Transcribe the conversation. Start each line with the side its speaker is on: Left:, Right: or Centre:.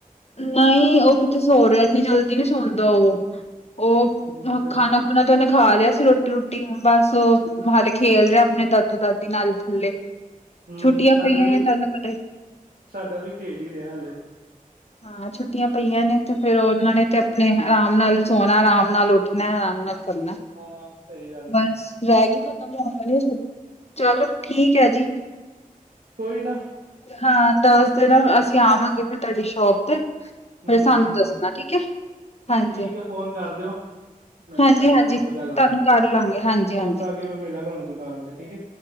Left: ਨਈ ਓ ਕਿੱਥੇ ਸੋ ਰਿਆ ਏਨੀ ਜਲਦੀ ਨੀ ਸੌਦਾ ਓ -ਓ
Right: ਅੱਛਾ
Left: ਖਾਨਾ ਨਾ ਤੇ ਓਨੇ ਖਾ ਲਿਆ ਸੀ ਰੋਟੀ-ਰੁੱਟੀ ਬਸ ਓ ਵਾਲ ਖੇਲ ਰਿਆ ਆਪਣੇ ਦਾਦੂ ਦਾਦੀ ਨਾਲ ਥੱਲੇ।
Right: ਹੁੰ
Left: ਛੁੱਟੀਆਂ
Right: ਸਾਡਾ
Left: ਪਈਆਂ
Right: ਵੀ-ਸਾਡਾ
Left: ਹੋਈਆਂ ਤੁਹਾਨੂੰ ਪਤਾ
Right: ਵੀ ਖੇਲ ਈ ਰਿਆ ਹਲੇ।
Left: ਹਾਂ ਛੁੱਟੀਆਂ ਪਈਆਂ ਨੇ ਤੇ ਫੇਰ ਓਨਾਂ ਨੇ ਤੇ ਆਪਨੇ ਆਰਾਮ ਨਾਲ ਈ ਸੋਣਾ, ਆਰਾਮ ਨਾਲ ਉੱਠਣਾ ਆਰਾਮ ਨਾਲ ਕਰਨਾ
Right: ਹਾਂ ਸਹੀ ਗੱਲ
Left: ਬਸ
Right: ਹੈ
Left: ਰੈ ਗੀ ਖਤਮ ਯਾ ਹੋਣ ਵਾਲੀ ਚਲੋ ਠੀਕ ਐ ਜੀ।
Right: ਕੋਈ ਨਾ।
Left: ਹਾਂ ਤਲ ਤੇ ਨਾ ਅਸੀ ਆਵਾਂਗੇ ਫੇਰ ਤਾਡੀ ਸ਼ੋਪ ਤੇ।
Right: ਹੂੰ
Left: ਫੇ ਸਾਨੂੰ
Right: ਹੂੰ ਹੂੰ
Left: ਦੱਸਣਾ ਠੀਕ ਐ ਹਾਂਜੀ
Right: ਠੀਕ ਐ ਫੋਨ ਕਰ ਦਿਓ। ਮੈਨੂੰ
Left: ਹਾਂਜੀ-ਹਾਂਜੀ
Right: ਪਹਿਲਾਂ ਆਉਣ ਤੋਂ ਪਹਿਲਾਂ
Left: ਤਾਨੂੰ ਕਰ ਲਾਂਗੇ ਹਾਂਜੀ-ਹਾਂਜੀ।
Right: ਹਾਂ ਤਾਂ ਕਿ ਮੈਂ ਮਿਲਾਂ ਤੁਹਾਨੂੰ ਦੁਕਾਨ ਤੇ ਠੀਕ ਹੈ